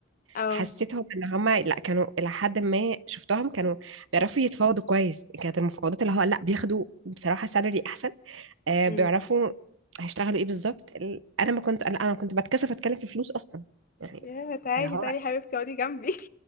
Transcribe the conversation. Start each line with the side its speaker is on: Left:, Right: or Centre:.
Left: اه
Right: حسيتهم ان هم لا كانوا الى حد ما شفتهم كانوا بيعرفوا يتفاوضوا كويس كانت المفاوضات اللي هو لا بياخدوا بصراحه سالري احسن آه،
Left: امم
Right: بيعرفوا هيشتغلوا ايه بالظبط ال- انا ما كنت انا أنا كنت بتكسف اتكلم في فلوس اصلا يعني
Left: يا تعالي
Right: اللي هو
Left: تعالي حبيبتي اقعدي جنبي <laughs>